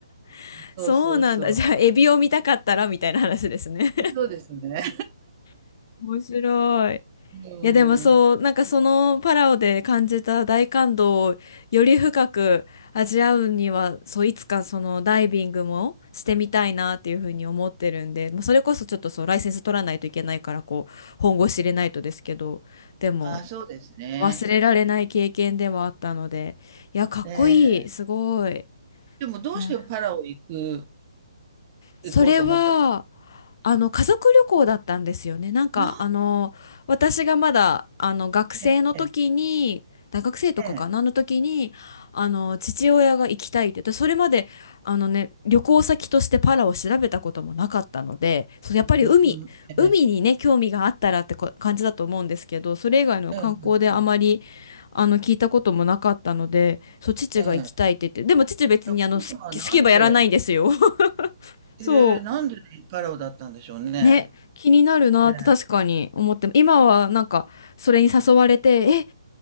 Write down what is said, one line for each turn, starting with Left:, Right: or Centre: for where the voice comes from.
Left: <laughs>
Right: そうそうそう。
Left: そうなんだ。じゃあエビを見たかったらみたいな話ですね
Right: そうですね。
Left: <laughs> 面白い。
Right: うん。
Left: いやでもそう、なんかそのパラオで感じた大感動をより深く味わうには、そういつかそのダイビングもしてみたいなっていうふうに思ってるんで、まあ、それこそちょっとそうライセンス取らないといけないからこう本腰入れないとですけど、でも
Right: あ、そうですね。
Left: 忘れられない経験ではあったので、いやかっこいい、
Right: ええ。
Left: すごい。
Right: でもどうしてパラオ行く、
Left: なるそれは
Right: 行こうと思ったあ
Left: あの家族旅行だったんですよね。なんかあの私がまだあの学生の時に大学生とかかなの時にあの父親が行きたいって言ってそれまであのね旅行先としてパラを調べたこともなかったのでそうやっぱり海海にね興味があったらってこ感じだと思うんですけどそれ以外の観光であまり
Right: あ、ええ、ええ、うん、うんええ、うん、うん、
Left: あの聞いたこともなかったのでそう父が行きたいって言ってでも父別にあのスキスキューバやらないんですよ。
Right: ええ。いや、お父様はなんで、
Left: <laughs>
Right: えーなんでパラオだったんでしょうね。
Left: そうね、気になるなって確かに思って、
Right: え
Left: 今はなんかそれに誘われて、え、